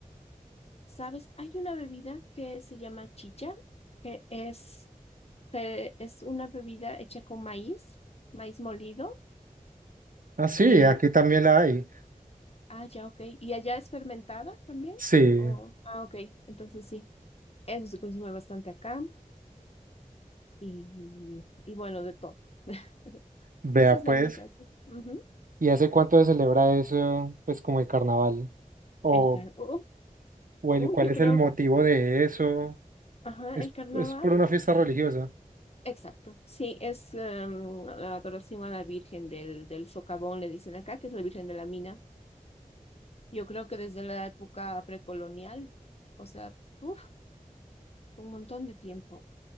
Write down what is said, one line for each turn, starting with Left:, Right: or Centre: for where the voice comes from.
Left: ¿sabes? Hay una bebida que se llama chicha, que es, que es una bebida hecha con maíz, maíz molido.
Right: Ah, sí,
Left: eh,
Right: aquí también la hay.
Left: ah, ya, ok. ¿Y allá es fermentada también?
Right: Sí,
Left: o ah, ok, entonces sí. Eso se consume bastante acá. y, y bueno, de todo. <laughs>
Right: vea
Left: Esa es la
Right: pues.
Left: única. esa. Ujú.
Right: ¿Y hace cuánto se celebra eso, pues como el carnaval? O,
Left: El car oh,
Right: o
Left: uy,
Right: el, ¿cuál
Left: yo
Right: es
Left: creo,
Right: el motivo de eso?
Left: ajá,
Right: ¿Es,
Left: el carnaval.
Right: es por una fiesta religiosa?
Left: Exacto. Sí, es em, la adoración a la Virgen del, del Socavón, le dicen acá, que es la Virgen de la Mina. Yo creo que desde la época precolonial, o sea, uf, un montón de tiempo.